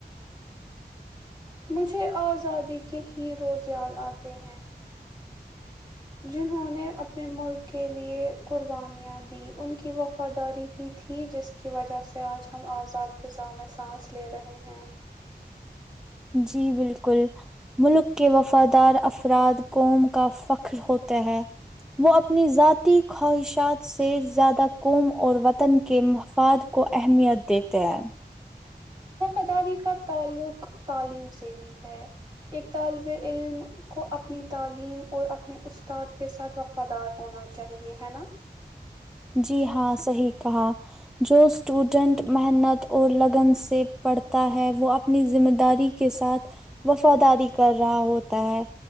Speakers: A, on the right; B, in the centre.
A: مجھے ا آزادی کے ہی روز یاد آتے ہیں جنہوں نے نے اپنے ملک کے لیے قربانیاں دی ان کی وفاداری ہی تھی جس کی کی وجہ سے آج ہم آزاد فضا میں سانس لے رہے ہیں
B: جی بالکل ملک کے وفادار افراد قوم کا فخر ہوتا ہے وہ اپنی ذاتی خواہشات سے زیادہ قوم اور وطن کے مفاد کو اہمیت دیتے ہیں
A: وفاداری کا تعلق تعلیم سے بھی ہے ایک طالب علم کو اپنی تعلیم اور اپنے استاد کے ساتھ وفادار ہونا چاہیے ہے نا
B: جی ہاں صحیح کہا جو اسٹوڈینٹ محنت اور لگن سے پڑھتا ہے وہ اپنی ذمہ داری کے ساتھ وفاداری کر رہا ہوتا ہے